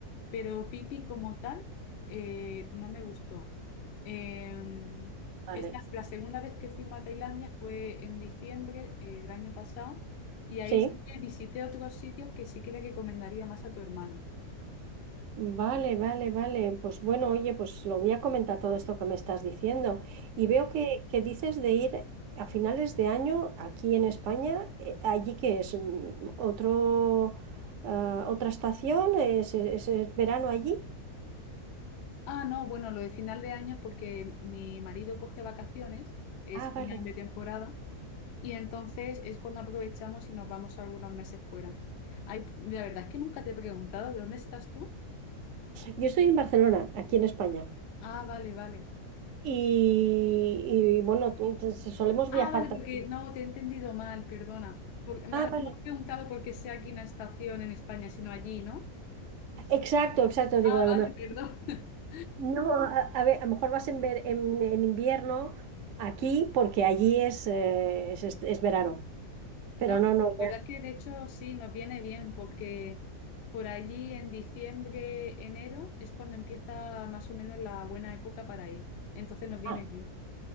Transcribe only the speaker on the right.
<laughs>
vale.
Sí.
Vale, vale, vale. Pues bueno, oye, pues lo voy a comentar todo esto que me estás diciendo. Y
veo que, que dices de ir a finales de año aquí en España, eh, allí que es Mm, otro, ah, otra estación, es, es- es verano allí.
Ah, vale.
Yo estoy en Barcelona, aquí en España.
Y, y, bueno, t- t- solemos
viajar
también.
Ah,
vale.
Exacto, exacto.
Digo, a
lo mejor
No, a, a ver, a lo mejor vas en, ver- en- en invierno aquí porque allí es, eh, es, es- es verano, pero
no,
no,
ya.
Ah,